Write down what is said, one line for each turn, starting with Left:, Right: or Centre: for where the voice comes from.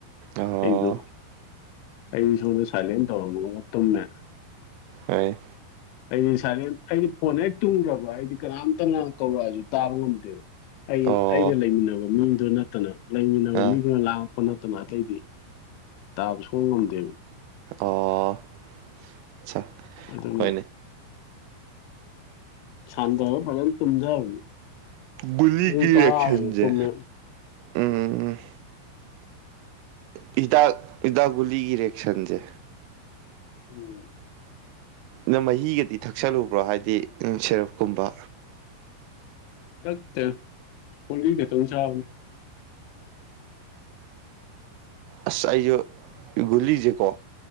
Right: ꯑꯣ
Left: ꯑꯩꯗꯨ ꯑꯩꯖꯨ ꯁꯣꯟꯗ ꯁꯥꯢꯂꯦꯟ ꯇꯧꯔꯝꯃꯒ ꯇꯨꯝꯃꯦ
Right: ꯍꯣꯏ
Left: ꯑꯩꯗꯤ ꯁꯥꯂꯦꯟ ꯑꯩꯗꯤ ꯐꯣꯟ ꯍꯦꯛ ꯇꯨꯝꯈ꯭ꯔꯕ ꯑꯩꯗꯤ ꯀꯅꯥꯝꯇꯅ ꯀꯧꯔꯛꯑꯁꯨ ꯇꯥꯕ ꯉꯝꯗꯦꯕ ꯑꯩ
Right: ꯑꯣ
Left: ꯑꯩꯒ ꯂꯩꯃꯤꯟꯅꯕ ꯃꯤꯗꯨ ꯅꯠꯇꯅ ꯂꯩꯃꯤꯟꯅꯕ
Right: ꯑ
Left: ꯃꯤꯗꯨꯅ ꯂꯥꯡꯉꯛꯄ ꯅꯠꯇꯅ ꯑꯇꯩꯗꯤ ꯇꯥꯕ ꯁꯨꯡꯉꯝ ꯉꯝꯗꯦꯕ
Right: ꯑꯣ ꯑꯠꯆꯥ
Left: ꯑꯗꯨꯅꯤ
Right: ꯍꯣꯏꯅꯦ
Left: ꯁꯥꯟꯗꯔ ꯐꯖꯅ ꯊꯨꯝꯗꯕꯅꯦ
Right: ꯒꯨꯂꯤꯒꯤ
Left: ꯄꯨꯡ ꯇꯥꯔꯥ
Right: ꯔꯤꯌꯦꯛꯁꯟꯁꯦ
Left: ꯍꯦꯟꯅ ꯇꯨꯝꯃꯦ
Right: ꯎꯝ ꯍꯤꯗꯥꯛ ꯍꯤꯗꯥꯛ ꯒꯨꯂꯤꯒꯤ ꯔꯤꯑꯦꯛꯁꯟꯖꯦ
Left: ꯎꯝ
Right: ꯅꯪ ꯃꯍꯤꯒꯗꯤ ꯊꯛꯆꯜꯂꯨꯕ꯭ꯔꯣ ꯍꯥꯏꯗꯤ ꯁꯦꯔꯞꯀꯨꯝꯕ
Left: ꯊꯛꯊꯦ ꯒꯨꯂꯤ ꯈꯤꯛꯇꯪ ꯆꯥꯕꯅꯤ
Right: ꯑꯁ ꯑꯩꯁꯨ ꯒꯨꯂꯤꯁꯦꯀꯣ